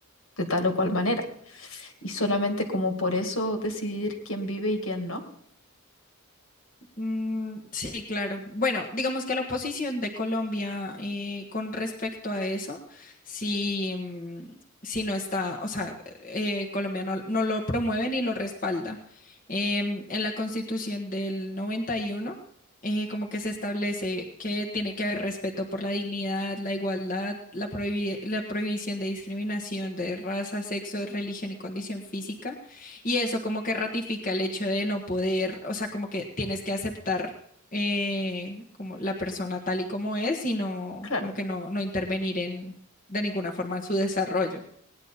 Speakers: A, on the left; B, on the left.
A: de tal o cual manera. Y solamente como por eso decidir quién vive y quién no.
B: Mm, sí, claro. Bueno, digamos que la posición de Colombia eh, con respecto a eso, si, mm, si no está, o sea, eh, Colombia no, no lo promueve ni lo respalda. Em, en la Constitución del 91, eh, como que se establece que tiene que haber respeto por la dignidad, la igualdad, la prohibi- la prohibición de discriminación de raza, sexo, religión y condición física y eso como que ratifica el hecho de no poder, o sea, como que tienes que aceptar eh, como la persona tal y como es y no,
A: Claro,
B: como que no, no intervenir en, de ninguna forma en su desarrollo.